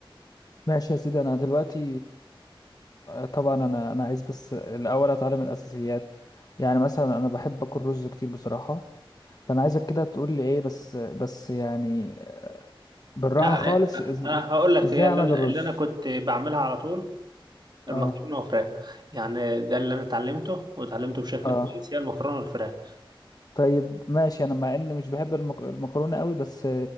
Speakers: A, on the left; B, on the right.
A: ماشي يا سيدي انا دلوقتي آه، طبعا انا انا عايز بس الاول اتعلم الاساسيات يعني مثلا انا بحب اكل رز كتير بصراحه فانا عايزك كده تقول لي ايه بس بس يعني بالراحه
B: لا
A: خالص
B: انا
A: إز-
B: هقول لك
A: ازاي
B: هي
A: اعمل
B: اللي انا
A: الرز
B: اللي انا كنت بعملها على طول المكرونة
A: اه
B: والفراخ يعني ده اللي انا اتعلمته واتعلمته بشكل
A: اه
B: كويس هي المكرونة والفراخ
A: طيب ماشي انا مع اني مش بحب المك... المكرونه قوي بس